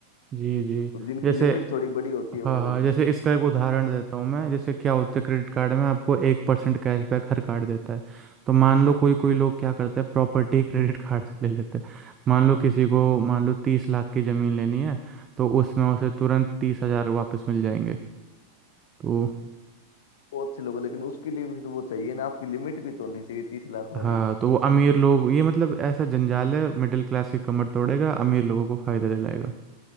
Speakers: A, on the right (about 25°); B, on the left (about 55°).
A: जी जी
B: तो जिनकी
A: जैसे
B: लिमिट थोड़ी बड़ी होती है
A: हाँ
B: वो
A: हाँ
B: लोग
A: जैसे इसका एक उदाहरण देता हूँ मैं जैसे क्या होता है क्रेडिट कार्ड में आपको एक परसेंट कैशबैक हर कार्ड देता है तो मान लो कोई कोई लोग क्या करते हैं प्रॉपर्टी क्रेडिट कार्ड से ले लेते हैं मान लो किसी को मान लो तीस लाख की ज़मीन लेनी है तो उसमें उसे तुरंत तीस हज़ार वापस मिल जाएंगे तो
B: वो अच्छे लोग हैं। लेकिन उसके लिए भी वो चाहिए ना आपकी लिमिट भी तो होनी चाहिए तीस लाख वाली
A: हाँ तो वो अमीर लोग ये मतलब ऐसा जंजाल है मिडिल क्लास की कमर तोड़ेगा अमीर लोगों को फायदा दिलाएगा